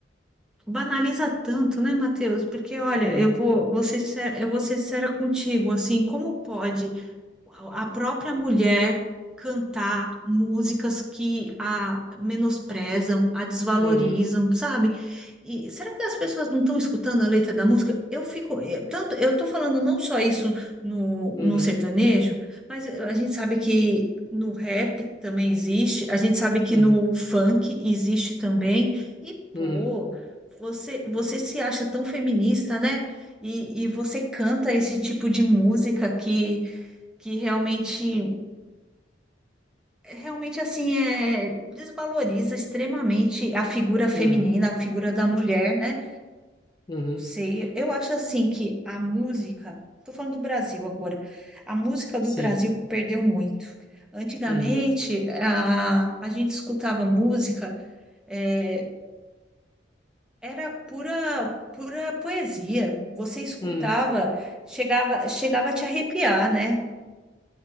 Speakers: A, in the centre; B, on the left.
A: banaliza tanto, né, Matheus? Porque, olha,
B: Olha,
A: eu vou, vou ser, sincera- eu vou ser sincera contigo, assim, como pode a própria mulher cantar músicas que a menosprezam, a desvalorizam,
B: uhum,
A: sabe? E será que as pessoas não estão escutando a letra da música? Eu fico, eh, tanto, eu tô falando não só isso no,
B: uhum,
A: no sertanejo, mas a gente sabe que no rap também existe, a gente sabe que
B: uhum,
A: no funk existe também. E
B: uhum,
A: pô, você você se acha tão feminista, né? E, e você canta esse tipo de música que que realmente, realmente assim, é, desvaloriza extremamente a figura feminina,
B: uhum, uhum,
A: a figura da mulher, né?
B: uhum,
A: Sei, eu acho assim que a música, tô falando do Brasil agora, a música
B: sim,
A: do Brasil perdeu muito. Antigamente,
B: uhum,
A: a, a gente escutava música, é, era pura, pura poesia. Você escutava,
B: uhum,
A: chegava, chegava a te arrepiar, né?